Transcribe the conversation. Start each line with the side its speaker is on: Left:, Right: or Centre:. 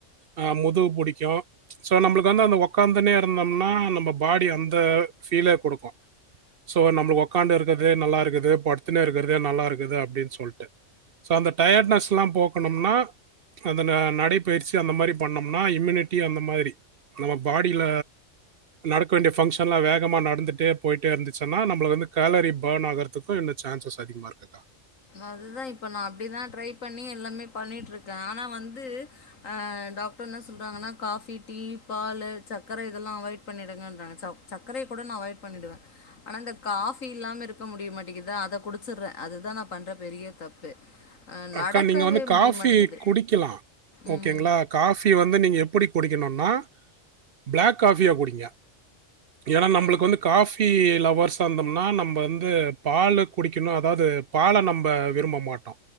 Right: அ முதுகு புடிக்கு சோ நம்புளுக்கு வந்து அந்த ஒக்காந்துனே இருந்தோம்னா நம்ம பாடி அந்த ஃபீல குடுக்கு சோ நம்ளுக்கு ஒக்காண்டு இருக்கறதே நல்லா இருக்குது படுத்துன்னே இருக்கறதே நல்லா இருக்குது அப்டின் சொல்ட்டு சோ அந்த டயர்டனஸ்ல்லாம் போக்கணும்னா அந்த ந நடைப்பயிற்சி அந்த மாரி பண்ணோம்னா இம்மினிட்டி அந்த மாரி நம்ம பாடில நடக்க வேண்டிய ஃபங்க்ஷன்லா வேகமா நடந்துட்டே போயிட்டே இருந்து சுன்னா நம்பள வந்து கேலரி பர்ன் ஆகறதுக்கும் என்ன சான்சஸ் அதிகமா இருக்குக்கா
Left: அதுதா இப்ப நா அப்டிதா ட்ரை பண்ணி எல்லாமே பண்ணிட்டு இருக்கே ஆனா வந்து அ டாக்டர் என்ன சொல்றாங்கன்னா காஃபி டீ பாலு சக்கரை இதெல்லா அவாய்ட் பண்ணிடுங்கன்றாங்க ச சக்கரைய கூட நா அவாய்ட் பண்ணிடுவே ஆனா இந்த காஃபி இல்லாமே இருக்க முடிய மாட்டேங்குதா அத குடிச்சிறேன் அதுதான் நா பண்ற பெரிய தப்பு அ
Right: அக்கா
Left: நடக்கவே
Right: நீங்க வந்து காஃபி
Left: முடிய மாட்டேங்குது
Right: குடிக்கலா
Left: ம்
Right: ஓகேங்ளா காஃபி வந்து நீங்க எப்புடி குடிக்கணுன்னா பிளாக் காஃபியா குடிங்க ஏன்னா நம்பளுக்கு
Left: ஆ
Right: வந்து காஃபி லவர்ஸா இருந்தோம்னா நம்ப வந்து பாலு குடிக்கணு அதாவ்து பால நம்ப விரும்ப மாட்டோ